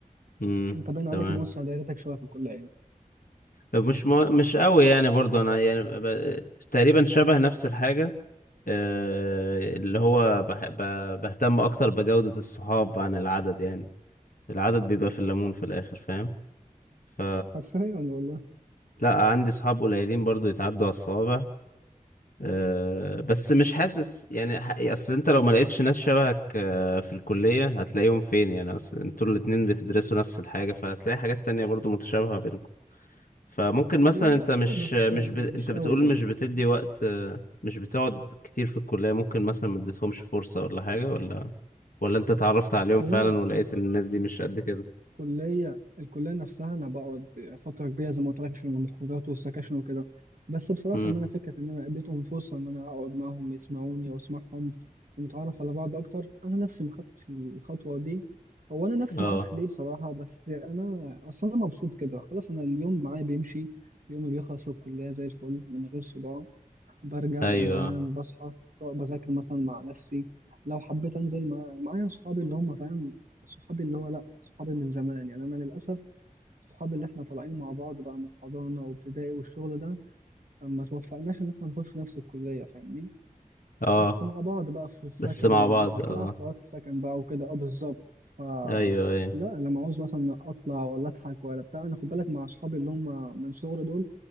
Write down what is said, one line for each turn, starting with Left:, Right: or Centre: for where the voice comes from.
Left: امم
Right: انت باين عليك
Left: تمام
Right: موسع دايرتك شويه في الكليه
Left: مش ما... مش قوي يعني برضو انا يعني ب... تقريبا شبه نفس الحاجة آه، اللي هو بح... ب... بهتم اكتر بجودة الصحاب عن العدد يعني العدد بيبقى في الليمون في الاخر فاهم ف
Right: حرفيا والله
Left: لا عندي صحاب قليلين برضو يتعدوا على الصوابع أه بس مش حاسس يعني ح- اصل انت لو ما لقيتش ناس شبهك أه في الكلية هتلاقيهم فين يعني اصل انتوا الاتنين بتدرسوا نفس الحاجة فهتلاقي حاجات تانية برضو متشابهة بينكم فممكن مثلا
Right: هو
Left: انت مش
Right: اه بس
Left: مش
Right: يعني
Left: ب...
Right: مش
Left: انت بتقول
Right: قوي برضه
Left: مش بتدي
Right: فاهم
Left: وقت آه، مش بتقعد كتير في الكلية ممكن مثلا ما اديتهمش فرصة ولا حاجة ولا ولا انت اتعرفت عليهم
Right: هو
Left: فعلا
Right: انا
Left: ولقيت ان الناس دي مش قد كده
Right: كلية الكلية نفسها أنا بقعد فترة كبيرة زي ما قلت لك عشان المخرجات والسكاشن وكده بس بصراحة
Left: امم
Right: إن أنا فكرة إن أنا اديتهم فرصة إن أنا أقعد معاهم يسمعوني وأسمعهم ونتعرف على بعض أكتر أنا نفسي ما خدتش الخطوة دي أو أنا نفسي
Left: اه
Right: ما أعرفش ليه بصراحة بس أنا أصلا أنا مبسوط كده خلاص أنا اليوم معايا بيمشي يومي بيخلص في الكلية زي الفل من غير صداع برجع
Left: ايوه
Right: بنام بصحى سواء بذاكر مثلا مع نفسي لو حبيت انزل مع... معايا صحابي اللي هم فاهم صحابي اللي هو لا صحابي من زمان يعني انا للاسف صحابي اللي احنا طالعين مع بعض بقى من حضانه وابتدائي والشغل ده ما توفقناش ان احنا نخش نفس الكليه فاهمني
Left: اه
Right: بس مع بعض بقى في السكن
Left: بس مع
Right: وانت
Left: بعض
Right: اكيد
Left: اه
Right: عارف حوارات السكن بقى وكده اه بالظبط ف
Left: ايوه ايوه
Right: لا لما عاوز مثلا اطلع ولا اضحك ولا بتاع انا خد بالك مع صحابي اللي هم من صغري دول